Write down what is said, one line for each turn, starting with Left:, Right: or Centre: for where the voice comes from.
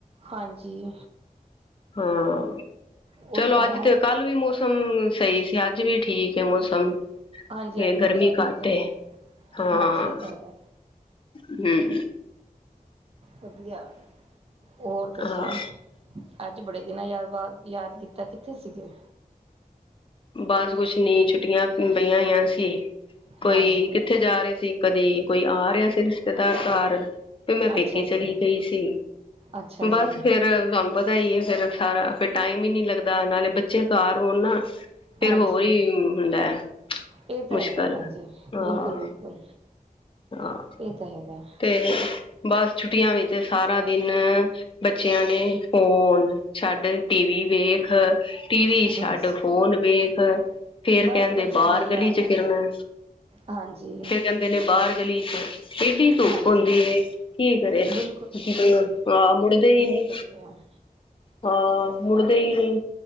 Right: ਹਾਂਜੀ।
Left: ਹਾਂ
Right: ਉਹੀ
Left: ਚਲੋ
Right: ਤਾਂ
Left: ਅੱਜ
Right: ਨਾ
Left: ਤੇ ਕੱਲ ਵੀ ਮੌਸਮ ਸਹੀ ਸੀ । ਅੱਜ ਵੀ ਠੀਕ ਹੈ। ਮੌਸਮ
Right: ਹਾਂਜੀ
Left: ਫ
Right: ਅੱਜ ਮੌਸਮ
Left: ਗਰਮੀ ਘੱਟ
Right: ਠੀਕ ਆ।
Left: ਹੈ ਹਾਂ
Right: ਹਾਂਜੀ ਇਹ ਤਾਂ ਹੈਗਾ
Left: ਹਮ
Right: ਵਧੀਆ। ਹੋਰ ਦੱਸੋ
Left: ਹਾਂ
Right: ਅੱਜ ਬੜੇ ਦਿਨਾਂ ਯਾਦ ਬਾ ਯਾਦ ਕੀਤਾ ਕਿੱਥੇ ਸੀਗੇ
Left: ਬਸ ਕੁਛ ਨੀ ਛੁੱਟੀਆਂ ਬਈਆਂ ਹੋਈਆਂ ਸੀ ਕੋਈ
Right: ਹਾਂਜੀ
Left: ਇੱਥੇ ਜਾ ਰਹੇ ਸੀ ਕਦੀ ਕੋਈ ਆ ਰਿਹਾ ਸੀ ਰਿਸ਼ਤੇਦਾਰ ਘਰ ਵੀ ਮੈਂ
Right: ਅੱਛਾ
Left: ਪੇਕੇੀ ਚਲੀ
Right: ਜੀ
Left: ਗਈ ਸੀ
Right: ਅੱਛਾ ਜੀ
Left: ਬਸ ਫੇਿਰ ਫ ਤੁਹਾਨੂੰ ਪਤਾ ਹੀ ਫੇਿਰ ਸਾਰਾ ਫਰ ਟਾਈਮ ਹੀ ਨੀ ਲੱਗਦਾ ਨਾਲੇ ਬੱਚੇ ਘ ਹੋਣ ਨਾ ਫਿਰ
Right: ਹਾਂਜੀ
Left: ਹੋਰ ਹੀ ਹੁੰਦਾ ਹੈ
Right: ਇਹ ਤਾਂ
Left: ਮੁਸ਼ਕਿਲ
Right: ਹੈਗਾ ਭੈਣ ਜੀ
Left: ਹਾਂ
Right: ਬਿਲਕੁਲ ਬਿਲਕੁਲ
Left: ਹਾਂ
Right: ਇਹ ਤਾਂ ਹੈਗਾ
Left: ਤੇ ਬਸ ਛੁੱਟੀਆਂ ਵਿੱਚ ਸਾਰਾ ਦਿਨ ਬੱਚਿਆਂ ਨੇ ਹੋਣ ਛੱਡ ਟੀਵੀ ਵੇਖ ਟੀਵੀ
Right: ਬਸ
Left: ਛੱਡ ਫੋਨ ਵੇਖ ਫੇਰ
Right: ਬਸ
Left: ਕਹਿੰਦੇ
Right: ਬੱਚਿਆਂ
Left: ਬਾਹਰ
Right: ਦਾ ਇਹੀ
Left: ਗਲੀ
Right: ਹਾਲ
Left: ਚ
Right: ਹੈ
Left: ਫਿਰਨਾ
Right: ਹਾਂਜੀ
Left: ਜਾਂਦੇ ਨੇ ਬਾਹਰ ਗਲੀ ਚ ਸੇਡੀ ਧੁੱਪ
Right: ਹਾਂਜੀ
Left: ਹੁੰਦੀ ਕੀ ਕਰੇ
Right: ਬਿਲਕੁਲ
Left: ਹਾਂ ਮੁੜਦੇ ਹੀ ਨੀ
Right: ਗਿਆ ਹੈ।
Left: ਹਾਂ ।ਮੁੜਦੇ ਹੀ ਨਹੀਂ ।